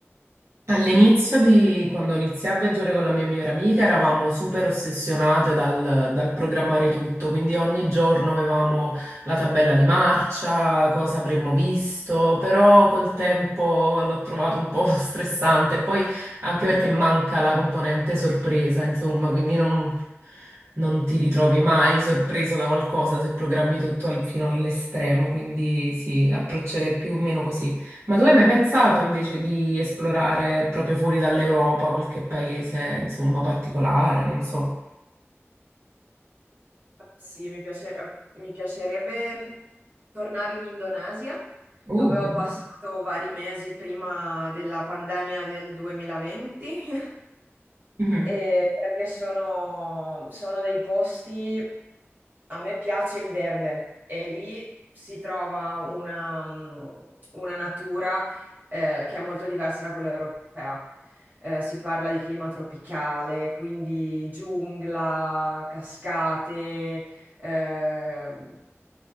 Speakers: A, on the right (about 70°); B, on the right (about 40°).
A: All'inizio di quando iniziai a viaggiare con la mia migliore amica eravamo super ossessionate dal, dal programmare tutto, quindi ogni giorno avevamo la tabella di marcia, cosa avremmo visto, però col tempo l'ho trovato un po' <laughs> stressante, poi anche perché manca la componente sorpresa, insomma, quindi non, non ti ritrovi mai sorpreso da qualcosa se programmi tutto al- fino all'estremo, quindi sì, approccerei più o meno così. Ma tu hai mai pensato invece di esplorare proprio fuori dall'Europa qualche paese, insomma, particolare, non so.
B: Sì, mi piace- mi piacerebbe mm, tornare in Indonesia,
A: Uh,
B: dove ho
A: bellissimo.
B: passato vari mesi prima della pandemia del 2020, <laughs>
A: <laughs> Mhm,
B: e perché sono, sono dei posti, a me piace il verde e lì si trova una, mm, una natura eh, che è molto diversa da quella europea. Eh, si parla di clima tropicale, quindi giungla, cascate ehm,